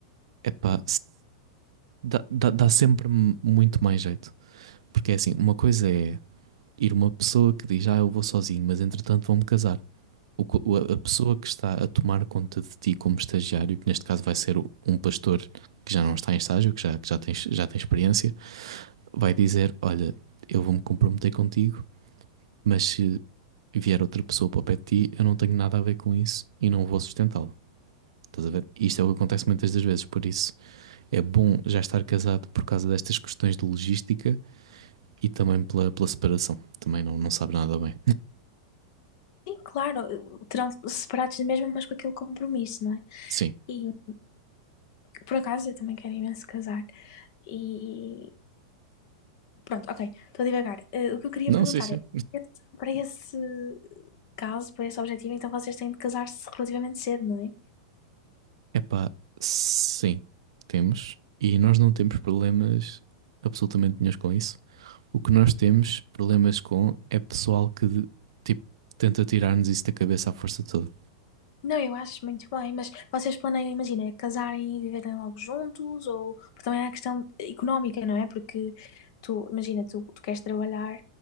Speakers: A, on the right (about 80°); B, on the left (about 60°).
A: Epá, Dá, dá, dá sempre m- muito mais jeito. Porque é assim, uma coisa é ir uma pessoa que diz, ah, eu vou sozinho, mas entretanto vou-me casar. O co- o- a a pessoa que está a tomar conta de ti como estagiário, que neste caso vai ser o- um pastor que já não está em estágio, que já, que já tem, já tem experiência, vai dizer, olha, eu vou-me comprometer contigo, mas se vier outra pessoa para o pé de ti, eu não tenho nada a ver com isso e não vou sustentá-lo. Estás a ver? Isto é o que acontece muitas das vezes, por isso é bom já estar casado por causa destas questões de logística e também pela, pela separação. Também não, não sabe nada bem.
B: Sim, claro, eh, terão separados mesmo, mas com aquele compromisso, não é?
A: Sim.
B: E Por acaso, eu também quero imenso casar. E pronto, ok, estou a divagar. Eh, o que eu queria
A: Não,
B: perguntar
A: sim, sim.
B: é, esse- para esse caso, para esse objetivo, então vocês têm de casar-se relativamente cedo, não é?
A: Epá, sim, temos. E nós não temos problemas absolutamente nenhum com isso. O que nós temos problemas com é pessoal que de- tipo, tenta tirar-nos isso da cabeça à força toda,
B: Não, eu acho muito bem, mas vocês planeiam, imagina, casarem e viverem logo juntos, ou porque também há a questão económica, não é? Porque tu, imagina, tu, tu queres trabalhar